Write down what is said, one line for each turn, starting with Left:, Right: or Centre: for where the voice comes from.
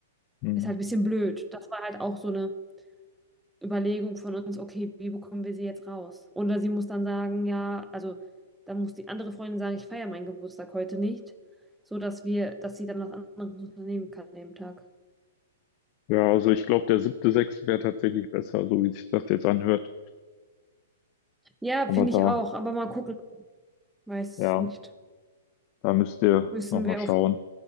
Left: Hm.
Centre: ist halt ein bisschen blöd. Das war halt auch so eine Überlegung von uns, okay, wie bekommen wir sie jetzt raus? Oder sie muss dann sagen, ja, also dann muss die andere Freundin sagen, ich feiere meinen Geburtstag heute nicht, sodass wir, dass sie dann was anderes unternehmen kann an dem Tag.
Left: Ja, also ich glaube, der siebte, sechste wäre tatsächlich besser, so wie sich das jetzt anhört.
Centre: Ja,
Left: Aber
Centre: finde
Left: da,
Centre: ich auch, aber mal gucken. Weiß
Left: ja,
Centre: nicht.
Left: da müsst ihr
Centre: Müssen
Left: nochmal
Centre: wir
Left: schauen.
Centre: auf.